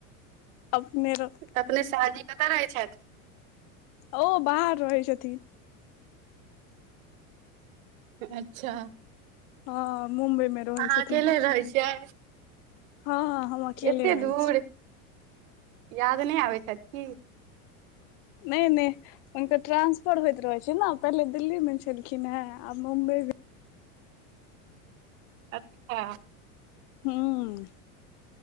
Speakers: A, on the left (about 50°); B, on the right (about 70°).
A: अपने रो,
B: अपने शादीमे क रहै छैथ।
A: ओ बाहर रहै छथिन।
B: अच्छा।
A: हँ मुम्बई मे रहै
B: अहाँ
A: छथिन
B: अकेले
A: ओ
B: रहै छियै।
A: हँ हँ हम अकेले
B: एते
A: रहै
B: दूर
A: छी
B: याद नै आबै छैथ की।
A: नै नै, हुनकर ट्रांसफर होएत रहे छै ना पहिले दिल्ली मे छलखिन हे आब मुम्बई में।
B: अच्छा।
A: हूं।